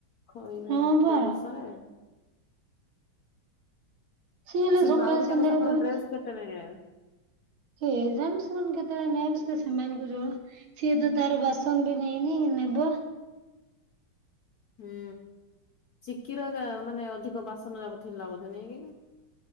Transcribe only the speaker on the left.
ଖଇନେ
ଏତେ
ବର୍ଷାରେ
ସେ
ବାଉରି
ଯାକ ତାଙ୍କର
ଡ୍ରେସ କେତେ ନେଇଯାଏ।
ହୁଁ ଚିକିର ମାନେ ଅଧିକ ବାସନ ଯାକ ଥିଲା ବୋଧେ ନାଇ କି?